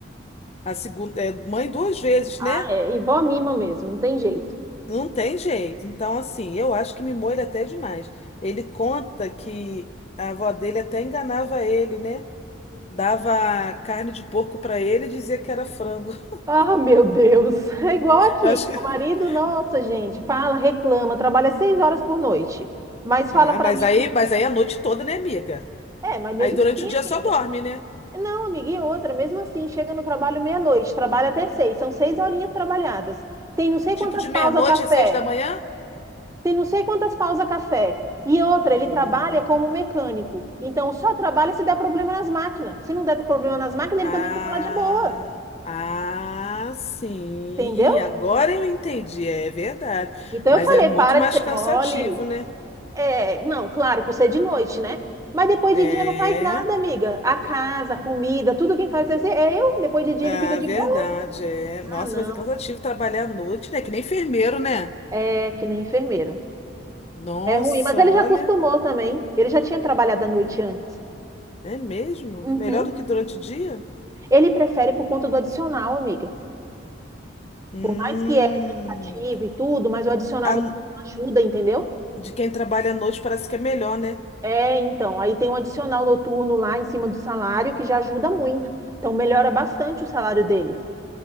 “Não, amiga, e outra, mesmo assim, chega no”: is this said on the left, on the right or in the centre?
Right